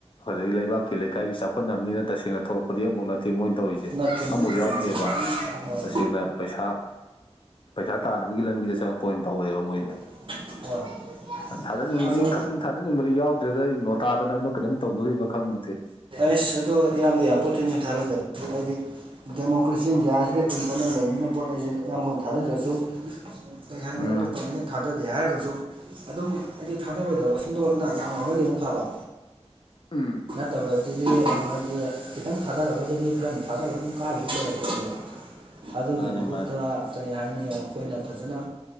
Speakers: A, on the left; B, on the right.
A: ꯑꯗꯒꯤ ꯂꯩꯕꯥꯛꯀꯤ ꯂꯩꯀꯥꯏꯒꯤ ꯆꯥꯎꯈꯠꯅꯕꯅꯤꯅ ꯇꯁꯦꯡꯅ ꯊꯣꯛꯂꯛꯄꯗꯤ ꯑ ꯑꯃꯐꯥꯎ ꯅꯠꯇꯦ ꯃꯣꯏꯅ ꯇꯧꯔꯤꯁꯦ
B: ꯅꯠꯇꯦ ꯅꯠꯇꯦ
A: ꯑꯃꯐꯥꯎ ꯌꯥꯎꯗꯦꯕ
B: ꯎꯝ ꯍꯣꯏ
A: ꯇꯁꯦꯡꯅ ꯄꯩꯁꯥ ꯄꯩꯁꯥ ꯇꯥꯅꯕꯒꯤ ꯂꯝꯕꯤꯗ ꯆꯪꯉꯛꯄ ꯑꯣꯏꯅ ꯇꯧꯋꯦꯕ ꯃꯣꯏꯁꯦ
B: ꯍꯣꯏ
A: ꯊꯥꯗꯅꯤꯡꯕꯗꯤ
B: ꯑꯗꯣ
A: ꯈꯪ ꯊꯥꯗꯅꯤꯡꯕꯗꯤ ꯌꯥꯎꯗ꯭ꯔꯦꯗ ꯑꯩ ꯅꯣꯇꯥꯗ ꯅꯝꯕ ꯀꯩꯅꯣꯝ ꯇꯧꯗꯣꯔꯤꯕ ꯈꯪꯕꯗꯤꯦ
B: ꯑꯁ ꯑꯗꯣ ꯏꯌꯥꯝꯕ ꯏ ꯄꯣꯠꯠꯇꯤ ꯅꯤꯡꯊꯥꯔꯗꯕ ꯑꯩꯗꯤ ꯗꯦꯃꯣꯀ꯭ꯔꯦꯁꯤ ꯏꯟꯗꯤꯌꯥꯁꯤꯗ ꯑꯗꯨꯝ ꯆꯠꯅ ꯂꯩꯕꯅꯤꯅ ꯄꯣꯠ ꯑꯩꯁ ꯌꯥꯝꯌꯥꯝꯕꯅ ꯊꯥꯗꯗ꯭ꯔꯁꯨ ꯀꯩ ꯍꯥꯏꯅꯤ
A: ꯎꯝ
B: ꯑꯇꯣꯞꯄꯅ ꯑꯩꯅ ꯊꯥꯗ ꯑꯗꯨ ꯍꯥꯏꯔꯒꯁꯨ ꯑꯗꯨꯝ ꯍꯥꯏꯗꯤ ꯊꯥꯗꯔꯣꯏꯗꯕꯁꯤꯡꯗꯣꯅ ꯌꯥꯝꯃꯒꯗꯤ ꯑꯃꯨꯛ ꯐꯕ
A: ꯎꯝ
B: ꯐꯠꯇꯕꯗꯨꯗꯤ ꯑꯗꯨ ꯍꯥꯏꯥꯏꯗꯤ ꯈꯤꯇꯪ ꯊꯥꯗꯒꯗ ꯃꯤ ꯈꯔ ꯊꯥꯗꯕ ꯑꯗꯨꯝ ꯀꯥꯈꯤꯕ ꯂꯩꯔꯛꯄꯣꯠꯅꯦꯕ ꯑꯗꯨꯒꯤ
A: ꯃꯥꯅꯦ
B: ꯃꯍꯨꯠꯇ
A: ꯃꯥꯅꯦ
B: ꯀꯔꯤ ꯍꯥꯏꯅꯤ ꯑꯈꯣꯏꯅ ꯐꯖꯅ